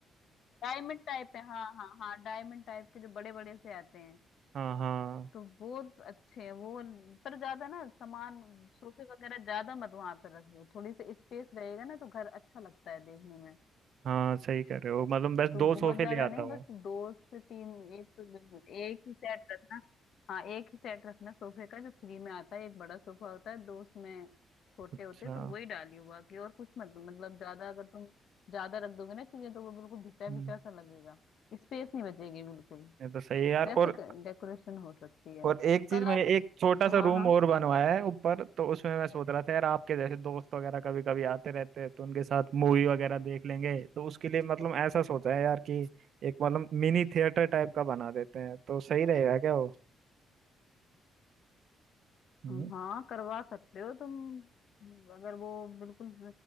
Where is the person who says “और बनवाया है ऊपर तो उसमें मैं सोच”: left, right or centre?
Right